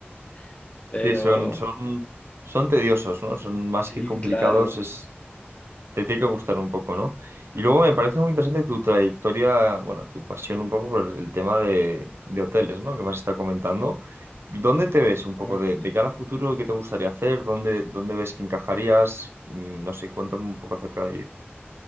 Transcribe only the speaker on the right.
sí, son, son, son tediosos, ¿no? Son más
que complicados,
es te tiene que gustar un poco, ¿no? Y luego me parece muy interesante tu trayectoria, bueno, tu pasión un poco por el el tema de, de hoteles, ¿no? Que me has estado comentando. ¿Dónde te ves un
poco de, de cara a futuro? ¿Qué te gustaría hacer? ¿Dónde, dónde ves que encajarías? Mm, No sé, cuéntame un poco acerca de ello.